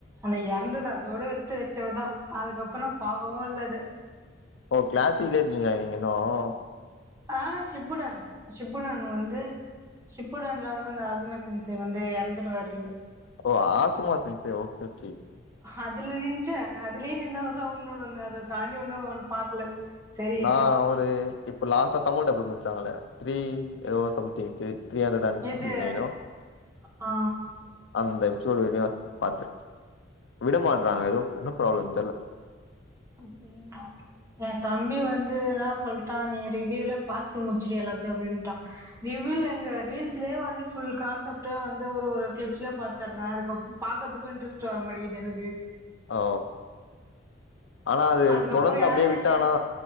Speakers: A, on the right; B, on the left.
A: அந்த இறந்தது அதோட எடுத்து வச்சவதான் அதுக்கப்புறம் நான் பார்க்கவும் இல்ல அது
B: ஓ கிளாஸி இருக்கீங்கலா நீங்க இன்னும்
A: ஆ ஷிப்புடன் சிப்புணன் வந்து சிப்புடன்ல வந்து அந்த அசும சி்சி வந்து இறந்துருவாருல
B: ஓ ஆசமாசச்ச ஓகே ஓகே
A: அதுல நின்னுடேன் அதுலயே நின்னவதான் ஒண்ணு ஒண்ணு அதை தாண்டி ஒன்னும் ஒண்ணு பாக்கல செரி
B: நான்
A: எத்து
B: ஒரு இ இப்ப லாஸ்டா தமிழ் டப் முடிச்சாங்களே த்ரீ எதோ சம்திங் த்ரீ ஹன்டனன்
A: இது
B: நைன் ஓ
A: ஆ
B: அந்த பாத்து விட மாட்றாங்க ஏதோ என்ன ப்ராப்ளம் தெர்ல்ல
A: அப்படின்னா என் தம்பி வந்து என்னான் சொல்லிட்டான் நீ ரிவீவ்ல பார்த்து முடிச்சுடு எல்லாத்தையும் அப்படின்னுட்டான் ரிவீவ்ல எங்க ரீல்ஸ்லயே வந்து ஃபுல் கான்செப்ட வந்து ஒரு ஒரு கிளிப்ஸ்லயே பாத்துடுறேன் அதுக்கப்புறம் பார்கதுக்கும் இன்ட்ரெஸ்ட் வர மாட்டேங்குது எனக்கு
B: ஓ ஆனா அது
A: அதுக்கப்புறோ
B: தொடர்ந்து
A: யார்
B: அப்படியே
A: யார்
B: விட்டானா
A: யார்